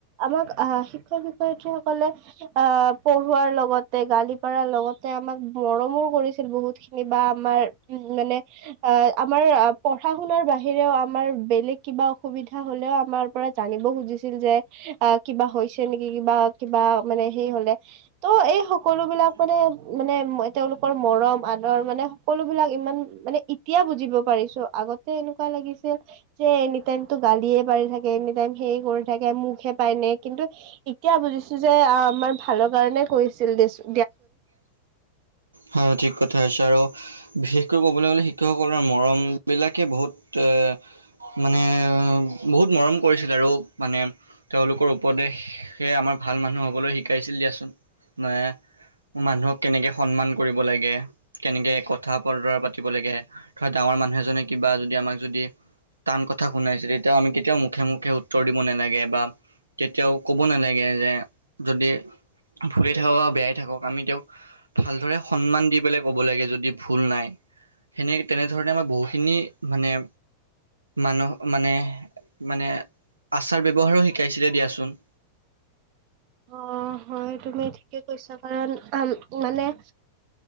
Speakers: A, on the right (about 45°); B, on the right (about 80°).
A: আমাক আহ শিক্ষক-শিক্ষয়িত্ৰীসকলে আহ পঢ়োৱাৰ লগতে গালি পাৰাৰ লগতে আমাক মৰমো কৰিছিল বহুত খিনি বা আমাৰ উম, মানে আহ আমাৰ পঢ়া শুনাৰ বাহিৰেও আমাৰ বেলেগ কিবা অসুবিধা হ'লেও আমাৰ পৰা জানিব খুজিছিল যে আহ কিবা হৈছে নেকি কিবা কিবা মানে সেই হলে তো' এই সকলো বিলাক মানে মানে তেওঁলোকৰ মৰম আদৰ মানে সকলো বিলাক ইমান মানে এতিয়া বুজিব পাৰিছো আগতে এনেকুৱা লাগিছিল যে এনিটাইমতো গালিয়ে পাৰি থাকে এনিটাইম সেই কৰি থাকে মুখহে পাই নে কিন্তু এতিয়া বুজিছো যে আমাৰ ভালৰ কাৰণে কৈছিল দেছোন
B: হয় ঠিক কথা কৈছা আৰু বিশেষকৈ ক'বলৈ গ'লে শিক্ষকসকলৰ মৰমবিলাকে বহুত এ মানে বহুত মৰম কৰিছিল আৰু মানে তেওঁলোকৰ উপদেশে সেই আমাৰ ভাল মানুহ হ'বলৈ শিকাইছিল দিয়াচোন মে ' কোন মানুহক কেনেকে সন্মান কৰিব লাগে কেনেকে কথা বতৰা পাতিব লাগে ধৰা ডাঙৰ মানুহ এজনে কিবা যদি আমাক যদি টান কথা শুনাইছে তেতিয়াও আমি কেতিয়াও মুখে, মুখে উত্তৰ দিব নালাগে বা কেতিয়াও কব নালাগে যে যদি ভুলে থাকক বা বেয়াই থাকক আমি তেওঁক ভালদৰে সন্মান দি পেলাই ক'ব লাগে যদি ভুল নাই। সেনে তেনেধৰণে আমাৰ বহুখিনি মানে মানুহ মানে, মানে আচাৰ ব্যৱহাৰো শিকাইছিলে দিয়াচোন।
A: অহ' হয় তুমি ঠিকে কৈছা কাৰণ মানে